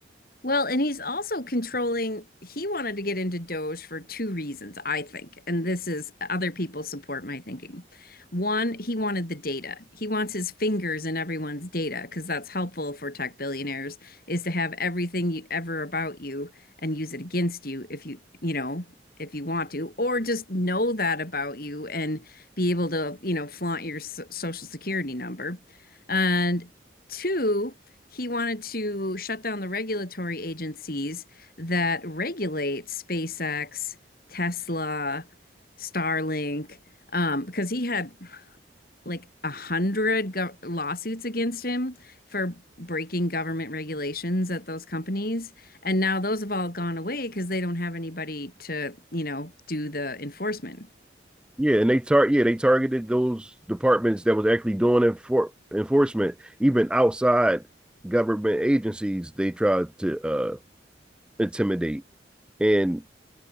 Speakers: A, on the left; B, in the centre.
A: Well, and he's also controlling, he wanted to get into Doge for two reasons, I think. And this is other people support my thinking. One, he wanted the data. He wants his fingers in everyone's data because that's helpful for tech billionaires is to have everything you ever about you and use it against you if you, you know, if you want to, or just know that about you and be able to, you know, flaunt your so- social security number. And two, he wanted to shut down the regulatory agencies that regulate SpaceX, Tesla, Starlink, um, because he had like a hundred go- lawsuits against him for breaking government regulations at those companies. And now those have all gone away because they don't have anybody to, you know, do the enforcement.
B: Yeah, and they tar- yeah, they targeted those departments that was actually doing enfor- enforcement, even outside government agencies they tried to uh, intimidate. And